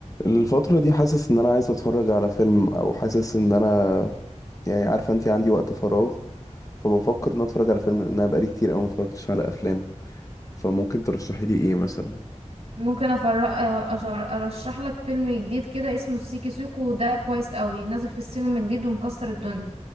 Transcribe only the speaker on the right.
ممكن أفرق ارشح لك فيلم جديد كده اسمه السيكي سيكو ده كويس قوي نازل في السينما جديد ومكسر الدنيا